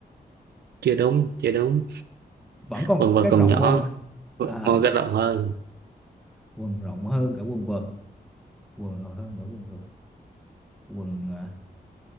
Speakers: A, on the right; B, in the centre.
A: chưa đúng chưa đúng
B: vẫn còn
A: quần vợt
B: cái
A: còn
B: rộng
A: nhỏ
B: hơn à,
A: quần
B: à
A: vợt rộng hơn
B: quần rộng hơn cả quần vợt quần rộng hơn cả quần vợt quần à,